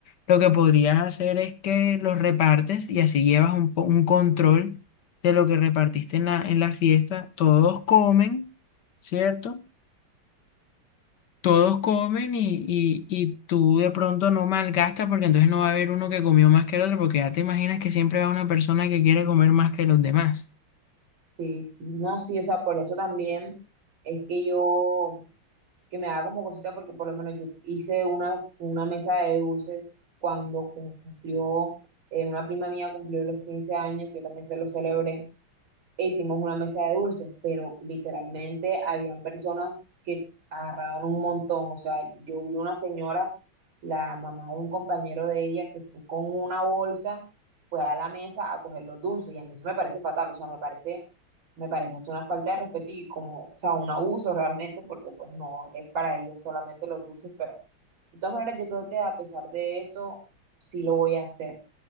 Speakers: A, on the left; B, on the right.
A: lo que podrías hacer es que los repartes y así llevas un, po- un control de lo que repartiste en la, en la fiesta. Todos comen, ¿cierto? Todos comen y, y, y tú de pronto no malgastas, porque entonces no va a haber uno que comió más que el otro, porque ya te imaginas que siempre va una persona que quiere comer más que los demás.
B: Sí, sí, no, sí, o sea, por eso también es que yo, que me haga como cosita, porque por lo menos yo hice una, una mesa de dulces cuando cumplió, eh, una prima mía cumplió los 15 años, que yo también se los celebré. e hicimos una mesa de dulces, pero literalmente habían personas que agarraban un montón. O sea, yo vi una señora, la mamá de un compañero de ella, que fue con una bolsa, fue a la mesa a coger los dulces. Y a mí eso me parece fatal, o sea, me parece, me parece hasta una falta de respeto y como, o sea, un abuso realmente, porque pues no, es para ellos solamente los dulces, pero de todas maneras yo creo que a pesar de eso, sí lo voy a hacer.